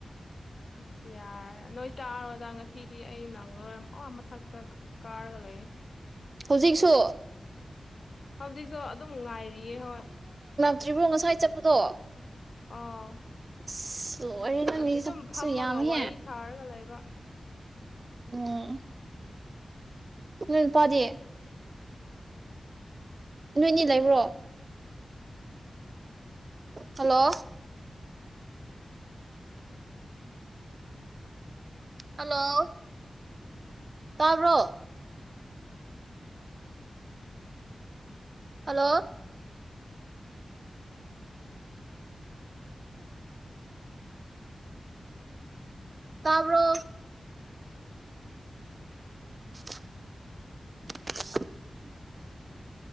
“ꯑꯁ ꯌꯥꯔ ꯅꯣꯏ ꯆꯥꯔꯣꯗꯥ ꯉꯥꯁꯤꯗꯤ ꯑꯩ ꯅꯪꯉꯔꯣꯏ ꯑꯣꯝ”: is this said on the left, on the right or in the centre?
Left